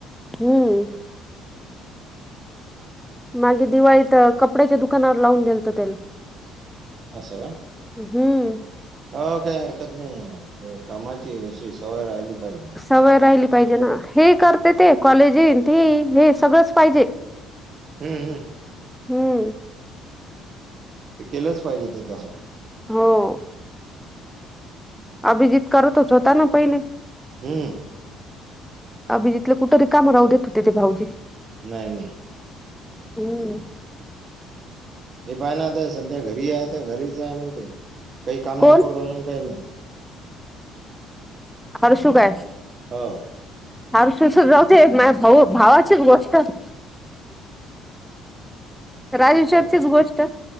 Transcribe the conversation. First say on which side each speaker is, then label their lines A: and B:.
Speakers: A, in the centre; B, on the right.
A: हम्म. मागे दिवाळीत कपड्याच्या दुकानावर लावून दिलत त्याला.
B: असं का?.
A: हम्म.
B: हो काही हरकत नाये कामाची अशी सवय राहिली पाहि. जे
A: सवय राहिली पाहिजे ना हे करते ते कॉलेज येईन ते हे सगळंच पाहिजे.
B: हम्म हम्.
A: हम्म.
B: ते केलंच पाहिजे ते तसं..
A: हो. अभिजीित करतच होता ना पहिली..
B: हम्म.
A: अभिजितला कुठं रिकामी राहुदेत होते ते भाऊजी.
B: नाय नाय.
A: हम्म.
B: हे पाय ना आता सध्या घरी आहे घरीच आहे म्हणते काही काम नाही
A: कोण
B: करू राहिले काही नाही.
A: हरशू काय.
B: हअ.
A: फार सुसत रावते माजे भाऊ भावाचीच गोष्ट. राजेशब
B: हा
A: चीच गोष्ट.